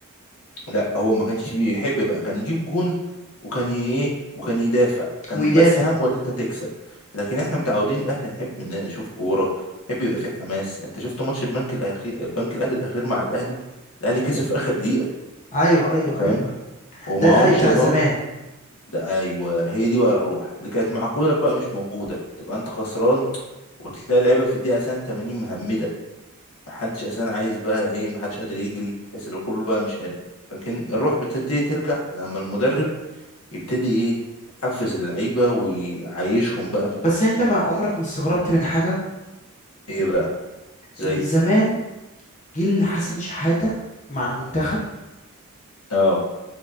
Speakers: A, on the left; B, on the left.
A: لا هو ما كانش بيحب بقى كان يجيب جون وكان ي- ايه وكان يدافع كان
B: ويدافع
A: بس همه ان انت تكسب لكن احنا متعودين الاهلي نحب ان نشوف كورة نحب يبقى فيه حماس انت شفت ماتش البنك الاخير بنك الاهلي الاخير مع الاهلي الاهلي كسب في اخر دقيقة
B: ايوه ايوه
A: انت فاهم
B: ايوه
A: ومعهمش
B: ده الاهلي بتاع
A: اللي
B: زمان
A: هو ده ايوه هي دي بقى الروح اللي كانت مع كولر بقى مش موجوده تبقى انت خسران وتلاقي اللعيبه في الدقيقه اساسا 80 مهمده محدش اساسا عايز بقى ايه محدش قادر يجري تحس ان كله بقى مش قادر لكن الروح بتبتدي ترجع لما المدرب يبتدي ايه يحفز اللعيبه ويعيشهم بقى في
B: بس انت ما عمرك ما استغربت من حاجه
A: ايه بقى زي
B: ان زمان جيل حسن شحاته مع المنتخب
A: اه